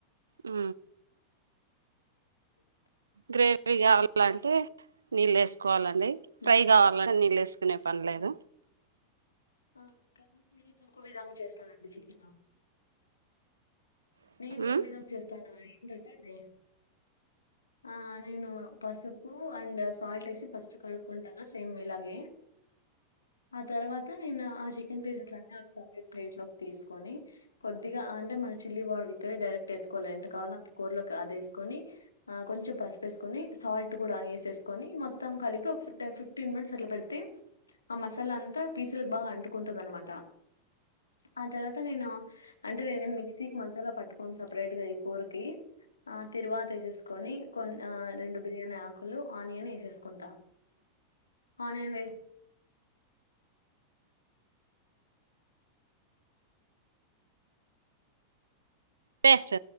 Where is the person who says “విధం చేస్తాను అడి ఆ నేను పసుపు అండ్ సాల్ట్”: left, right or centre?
Left